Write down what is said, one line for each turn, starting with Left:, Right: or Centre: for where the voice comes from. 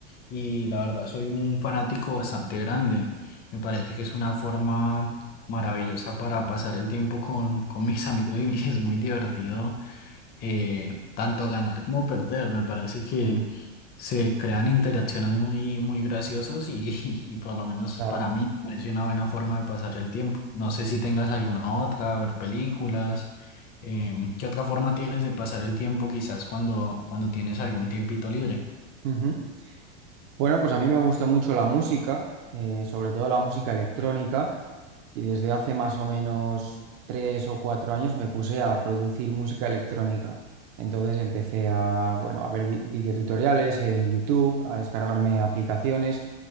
Left: y la verdad soy un fanático bastante grande. Me parece que es una forma maravillosa para pasar el tiempo con, con mis amigos y <laughs> es muy divertido eh, tanto ganar como perder. Me parece que
Right: Bueno,
Left: se crean interacciones muy, muy graciosas y, <laughs> y por lo menos
Right: Claro.
Left: para mí me parece una buena forma de pasar el tiempo. No sé si tengas alguna otra, ver películas. em, ¿qué otra forma tienes de pasar el tiempo quizás cuando, cuando tienes algún tiempito libre?
Right: Ujú. Bueno, pues a mí me gusta mucho la música, eh, sobre todo la música electrónica, y desde hace más o menos tres o cuatro años me puse a producir música electrónica. Entonces empecé a, bueno, a ver vi- videotutoriales en YouTube, a descargarme aplicaciones